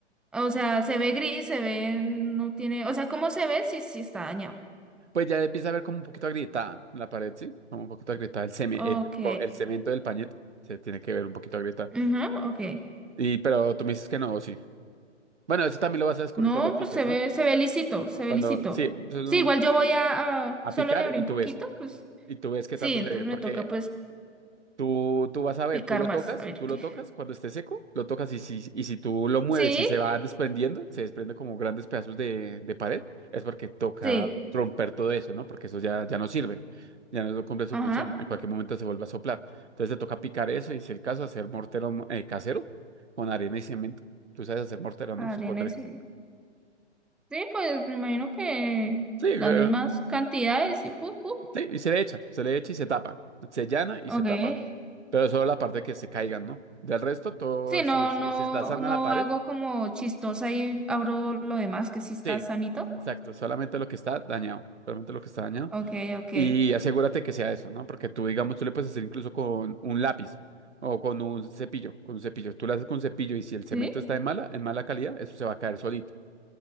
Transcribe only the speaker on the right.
Pues ya empieza a ver como un poquito agrietada la pared, ¿sí? Como un poquito agrietada el, ceme-
el, co- el cemento del pañete. Se tiene que ver un poquito agrietada.
Y, pero tú me dices que no, sí. Bueno, eso también lo vas a descubrir
cuando piques,
¿no?
Cuando,
sí, eso es
un-
a
picar
y
tú
ves.
Y tú ves qué
tanto
se ve. Porque
Tú, tú vas a ver,
tú lo
tocas,
tú
lo tocas cuando esté seco, lo tocas y si, y si tú lo mueves
y se va desprendiendo, se desprende como grandes pedazos de, de pared, es porque toca
romper todo eso, ¿no? Porque eso ya, ya no sirve, ya no cumple su
función, en cualquier momento se vuelve a soplar. Entonces te toca picar eso y si el caso, hacer mortero eh, casero con arena y cemento. Tú sabes hacer mortero, ¿no?
Supondré.
Sí, eh,
sí, y se le echa, se le echa y se tapa, se llana y
se tapa. Pero solo la parte que se caigan, ¿no? Del resto, todo,
si,
si,
si está sana
la pared,
Sí,
exacto, solamente lo que está dañado, solamente lo que está dañado.
Y asegúrate que sea eso, ¿no? Porque tú, digamos, tú le puedes hacer incluso con un lápiz o con un cepillo, con un cepillo. Tú lo haces con un cepillo y si el cemento
está
en mala, en mala calidad, eso se va a caer solito.